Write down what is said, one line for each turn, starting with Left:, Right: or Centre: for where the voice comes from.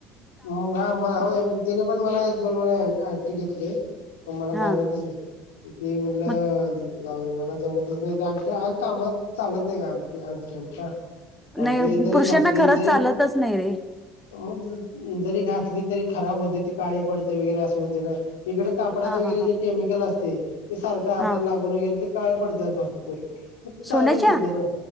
Left: मुगा होय तिने पण मला एक दोन वेळाटी घेतली. पण मला घालतच
Centre: हा
Left: आहे ती म्हटलं.
Centre: मग
Left: ला मला जमतच नाही ते अंगठी कामात चालत नाही का अंगठी आमच्या सदी
Centre: नाही
Left: जरी
Centre: पुरुषांना
Left: घातली
Centre: खरंच
Left: तरी
Centre: चालतच नाही रे
Left: मग घ तरी खब हो काळी पडते वरे अस होते ना इडे कापडात
Centre: हा
Left: वगैरेे
Centre: हा हा
Left: केमिकल ते ते सारखं हातला
Centre: हा
Left: लागून वगैरे ते काळे पडतात भरपूर मग ते चांगलंचेत
Centre: सोन्याच्या
Left: नाही ना.